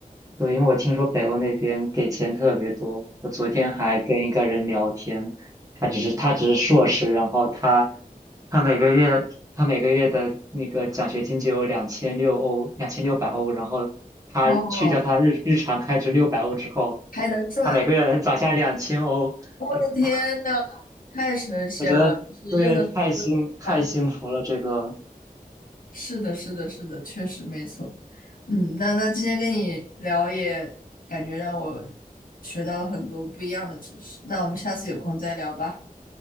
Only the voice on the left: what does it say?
哦，还能赚，
我的天呐，
太神仙了！
就是又能又能赚。
是的，是的，是的，确实没错。嗯，那那今天跟你聊也感觉让我学到了很多不一样的知识。那我们下次有空再聊吧，